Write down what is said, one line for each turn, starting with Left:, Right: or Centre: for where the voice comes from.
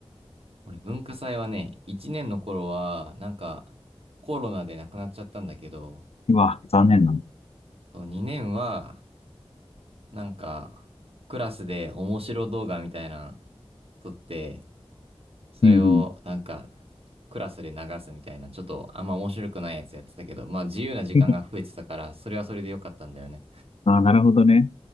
Right: 俺、文化祭はね、1年の頃は、なんか、コロナで亡くなっちゃったんだけど、
Left: うわ、残念なの。
Right: そう2年は、なんか、クラスで面白動画みたいなの撮って、それを、
Left: うんうん。
Right: なんか、クラスで流すみたいな、ちょっと、あんま面白くないやつやってたけど、まあ、自由な時間が増えてたから、
Left: <laughs>
Right: それはそれで良かったんだよね。
Left: あ、なるほどね。